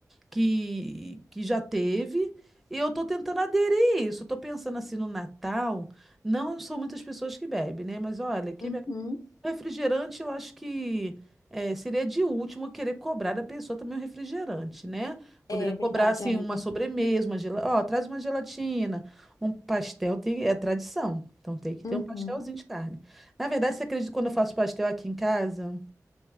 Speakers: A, in the centre; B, on the left.
A: Que, que já teve. E eu tô tentando aderir a isso. Eu tô pensando assim no Natal. Não são muitas pessoas que bebem, né? Mas olha, que
B: Uhum.
A: Refrigerante, eu acho que eh, seria de último querer cobrar da pessoa também um refrigerante, né? Poderia
B: É verdade,
A: cobrar, assim,
B: amiga.
A: uma sobremesa, uma gelatina. Ó, traz uma gelatina, um pastel, tem... é tradição. Então tem que
B: Uhum,
A: ter um pastelzinho de carne. Na verdade, você acredita que quando eu faço pastel aqui em casa?